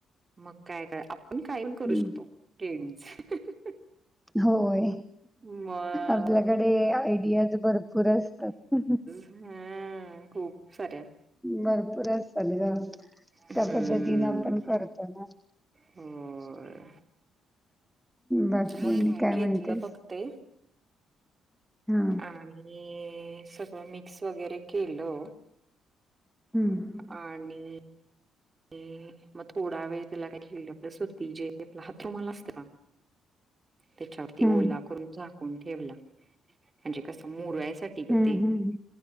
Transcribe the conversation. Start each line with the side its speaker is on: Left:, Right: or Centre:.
Right: मग काय ग, आपण कायपण करू
Centre: हं,
Right: शकतो, ट्रेडिंगच.
Centre: होय,
Right: मग
Centre: आपल्याकडे आयडियाज भरपूर असतात.
Right: हम्म खूप साऱ्या.
Centre: भरपूर असतात ग,
Right: हम्म
Centre: त्या पद्धतीने आपण करतो ना.
Right: होय,
Centre: बाकी
Right: मग
Centre: आणि
Right: का
Centre: काय
Right: घेतलं
Centre: म्हणतेस?
Right: बघते.
Centre: हा.
Right: आणि सगळं मिक्स वगैरे केलं.
Centre: हम्म.
Right: आणि ते मग, थोडा वेळ त्याला काय आपल सुती जे आपला हातरुमाला असतं ना.
Centre: <unintelligible>
Right: त्याच्यावरती
Centre: हं,
Right: ओला करून झाकून ठेवला, म्हणजे कस मुरायसाठी. ते
Centre: हं,
Right: गं ते,
Centre: हं